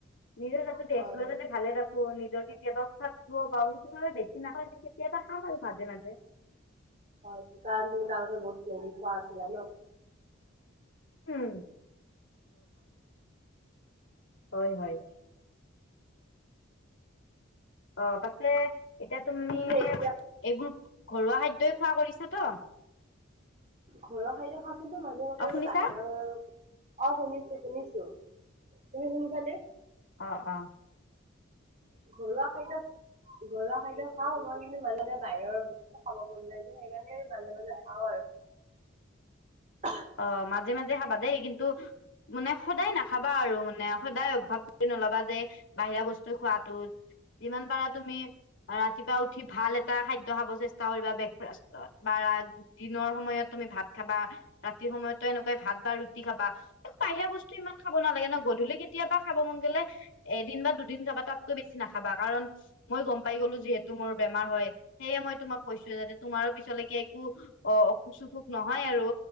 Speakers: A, on the left; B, on the right.
A: নিজৰ তাতে
B: হয়
A: দেহটোও যাতে ভালে থাকো। ক নিজৰ কেতিয়াবা খাত খ বা সেই বেছি নাখায়, কেতিয়াবা খাম আৰু মাজে-মাজে।
B: হয়। কি কাৰণে তুমি বোলে আগতে বহুত মেগী খোৱা আছিলে ন।
A: উম' হয়-হয়। অ, পাছে এতিয়া তুমি
B: পিছে এতিয়া
A: এইবোৰ ঘৰুৱা খাদ্যই খোৱা কৰিছ ত।
B: ঘৰুৱা খাদ্য খাইছিলোঁ, মাজে-মাজে
A: অ
B: বাৰু
A: শুনিছা
B: বাহিৰৰ অ, শুনিছো-শুনিছো। তুমি শুনিছানে?
A: অ-অ।
B: ঘৰুৱা খাদ্য, ঘৰুৱা খাদ্য খাওঁ মই কিন্তু মাজে-মাজে বাহিৰৰ এ খাব মন যায় যে, সেইকাৰণে আৰু মাজে- মাজে খাওঁ আৰু। অ
A: অ, মাজে-মাজে খাবা দেই কিন্তু। মানে সদায় নাখাবা আৰু মানে সদায় অভ্যাস কৰি নলবা যে বাহিৰা বস্তু খোৱাতো যিমান পাৰা তুমি অ' ৰাতিপুৱা উঠি ভাল এটা খাদ্য খাব চেষ্টা কৰিবা। ব্ৰেকফাষ্টত বা ৰা দিনৰ সময়ত তুমি ভাত খাবা, ৰাতিৰ সময়তো এনেকুৱাই ভাত বা ৰুটি খাবা। বাহিৰা বস্তু ইমান খাব নালাগে ন, গধূলি কেতিয়াবা খাব মন গ'লে এদিন বা দুদিন খাবা। তাতকৈ বেছি নাখাবা কাৰণ মই গম পাই গ'লো যিহেতু মোৰ বেমাৰ হয়। সেইয়ে মই তোমাক কৈছোঁ যাতে তোমাৰো পিছলৈকে একো অ, অসুখ-চসুখ নহয় আৰু।